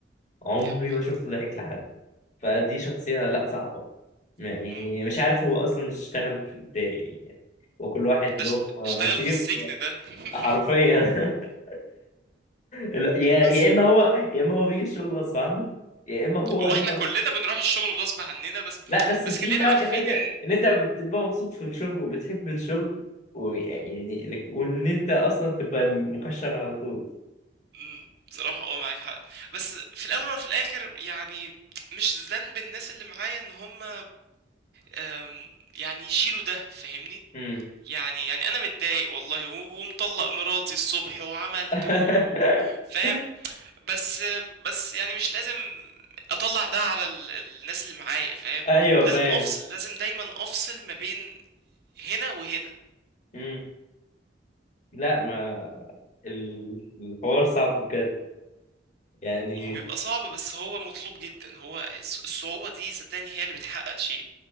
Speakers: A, on the left; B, on the right.
A: عمري
B: يا ابوي
A: ما شفته ضحك لحد فدي شخصية لا صعبة ما- يعني
B: مم.
A: مش عارف هو اصلا اشتغل في ازاي يعني وكل واحد له
B: ده ش-
A: نصيب
B: اشتغل في السجن ده <laughs>
A: حرفيا <laughs> لا، يا
B: بس
A: يا اما هو يا اما هو بيجي الشغل غصب عنه يا اما هو
B: هو
A: دي
B: احنا كلنا بنروح الشغل غصب عننا بس
A: لا بس
B: بس
A: في
B: خلينا
A: فرق
B: عارفين
A: ان انت
B: ان
A: ان انت بتبقى مبسوط في الشغل وبتحب الشغل ويعني لك- وان انت اصلا تبقى مكشر على طول
B: إمم، بصراحة آه معاك حق، بس في الأول وفي الآخر يعني مش ذنب الناس اللي معايا إن هُم آمم، يعني يشيلوا ده فاهمني؟
A: امم
B: يعني يعني أنا متضايق والله و ومطلّق مراتي الصبح وعملت
A: <laughs>
B: و فاهم؟ بس بس يعني مش لازم أطلّع ده على ال الناس اللي معايا فاهم؟
A: ايوه
B: لازم
A: فاهم
B: أفصل، لازم دايمًا أفصل ما بين هنا وهنا،
A: امم لا ما ال- الحوار صعب بجد يعني
B: هو بيبقى صعب بس هو مطلوب جدًا، هو الص الصعوبة دي صدّقني هي اللي بتحقق شيء.